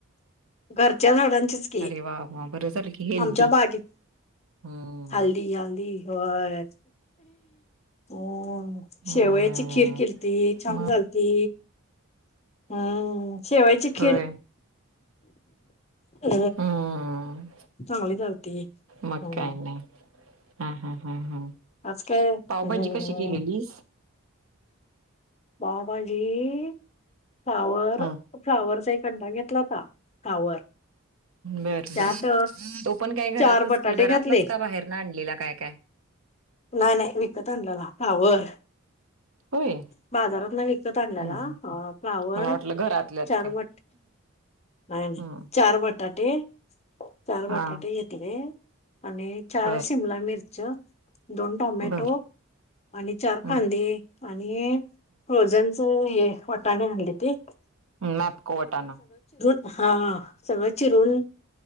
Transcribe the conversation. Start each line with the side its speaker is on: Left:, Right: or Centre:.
Left: घरच्या झाडांचीच की.
Right: अरे वा वा बरं झालं की हेल्दी.
Left: आमच्या बागेत -
Right: हम्म.
Left: हलदी हलदी होय. हो.
Right: हम्म
Left: शेवयाची खीर केलती छान
Right: मग
Left: झालती. हम्म. शेवयाची खीर.
Right: होय
Left: अ
Right: हम्म.
Left: चांगली झालती
Right: मग
Left: हम्म
Right: काय नाही. हा हा हा हा
Left: आज काय हम्म
Right: पावभाजी कशी केलेलीस?
Left: पावभाजी - फ्लावर
Right: हं
Left: फ्लॉवर एक- कंदा घेतलाता फ्लावर.
Right: बर
Left: त्यात
Right: बर. तो पण काय
Left: चार
Right: घरातच
Left: बटाटे
Right: घरातलाच
Left: घातले
Right: का बाहेर न आणलेला काय काय?
Left: नाही नाही विकत आणल्याला फ्लॉवर.
Right: होय
Left: बाजारातन विकत- आणलेला
Right: हम्म हम्म
Left: आं फ्लावर
Right: मला वाटलं घरातल्याच
Left: चार
Right: काय
Left: मट- नाही नाही
Right: हम्म
Left: चार बटाटे. चार बटाटे
Right: हा
Left: घेतले. आणि चार
Right: बर
Left: शिमला मिर्च- दोन टोमॅटो
Right: बर
Left: आणि चार
Right: हम्म
Left: कांदे आणि- प्रोजनस हे वाटाणे आणलीती.
Right: मॅप का वटाना?
Left: हा सगळं चिरून.